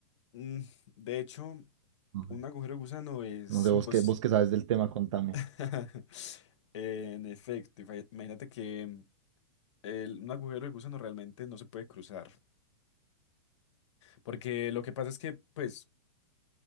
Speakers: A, on the left; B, on the right.
A: Mm, de hecho.
B: No
A: Un
B: sé,
A: agujero de gusano es
B: No sé, vos
A: imposible.
B: qué, vos qué sabes del tema, contame.
A: <laughs> En efecto, ifa- imagínate que el- un agujero de gusano realmente no se puede cruzar. Porque lo que pasa es que, pues,